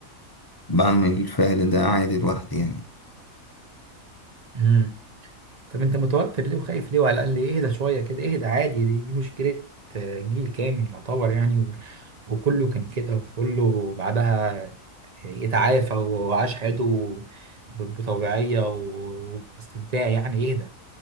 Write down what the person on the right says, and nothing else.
امم طب انت متوتر ليه وخايف ليه وعلى الاقل اهدى شويه كده اهدى عادي دي, دي مشكله آه، جيل كامل يعتبر يعني و- وكله كان كده وكله بعدها يتعافى وعاش حياته ب- بطوعيه و- وباستمتاع يعني اهدى